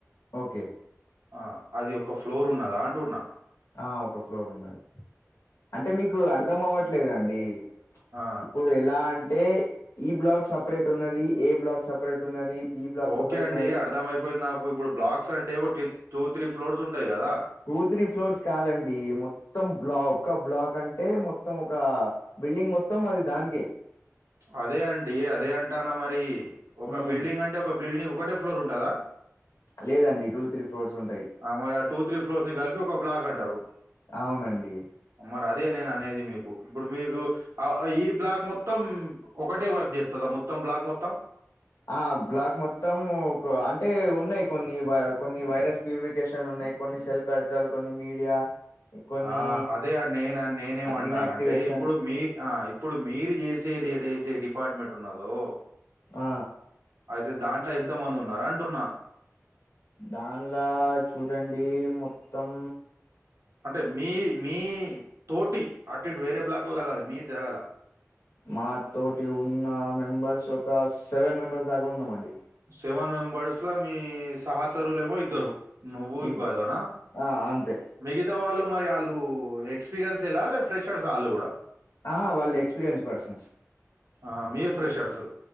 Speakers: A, on the left (about 80°); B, on the right (about 65°).
A: ఓకే
B: ఆ అది ఒక ఫ్లోర్ ఉన్నదా అంటున్న
A: ఆ ఒక ఫ్లోర్ ఉన్నది అంటే మీకు అర్ధం అవ్వట్లేదండి
B: ఆ!
A: ఇప్పుడ్ ఇప్పు ఎలా అంటే ఈ బ్లాక్ సపరేట్ ఉన్నది ఏ బ్లాక్ సపరేట్ ఉన్నది బి బ్లాక్
B: ఓకే
A: సపరేట్
B: అండి
A: ఉన్నది
B: అర్థం అయిపోయింది నాకు ఇప్పుడు బ్లాక్స్ అంటే ఒక టూ త్రీ ఫ్లోర్స్ ఉంటాయి గదా
A: టూ త్రీ ఫ్లోర్స్ కాదండి మొత్తం బ్లాక్ ఒక బ్లాక్ అంటే మొత్తం ఒక బిల్డింగ్ మొత్తం అది దానికే
B: అదే అండి అదే అంటానా మరి ఒక
A: ఉమ్
B: బిల్డింగ్ అంటే ఒక బిల్డింగ్ ఒకటే ఫ్లోర్ ఉంటదా
A: లేదండి టూ త్రీ ఫ్లోర్స్ ఉంటయి
B: ఆ మరి టూ త్రీ ఫ్లోర్స్ ని కలిపి ఒక బ్లాక్ అంటరు
A: అవునండి
B: మరి అదే నేను అనేది మీకు ఇప్పుడు మీకు ఈ బ్లాక్ మొత్తం ఒకటే వర్క్ చేస్తదా మొత్తం బ్లాక్ మొత్తం
A: ఆ బ్లాక్ మొత్తం ఒక అంటే ఉన్నయి కొన్ని కొన్ని వైరస్ ప్యూరిఫికేషన్ ఉన్నాయి కొన్ని సెల్ కార్చాలు కొన్ని మీడియా కొన్ని
B: ఆ అదే అండి నేను నేనేమంటాన్
A: ఇన్యాక్టివేషన్
B: అంటే ఇప్పుడు మీ ఆ ఇప్పుడు మీరు చేసేది ఏదైతే డిపార్ట్మెంట్ ఉన్నదో
A: ఆ
B: అయితే దాంట్లో ఎంత మంది ఉన్నారు అంటున్నా
A: దాన్ల్లా చూడండి మొత్తం
B: అంటే మీ మీ తోటి అటు ఇటు వేరే బ్లాక్ లా కాదు మీ జగాలా
A: మా తోటి ఉన్న మెంబెర్స్ ఒక సెవెన్ మెంబెర్స్ దాకా ఉన్నామండి
B: సెవెన్ మెంబర్స్ ల మీ సహచరులేమో ఇద్దరు నువ్వు
A: ఇద్ద
B: ఇంకో అతనా
A: ఆ అంతే
B: మిగతా వాళ్ళు మరి ఆళ్ళు ఎక్స్పీరియన్స్లా లే ఫ్రెషర్స్ ఆళ్ళు గూడా
A: ఆ వాళ్ళు ఎక్స్పీరియన్స్ పర్సన్స్
B: ఆహా మీరు ఫ్రెషర్స్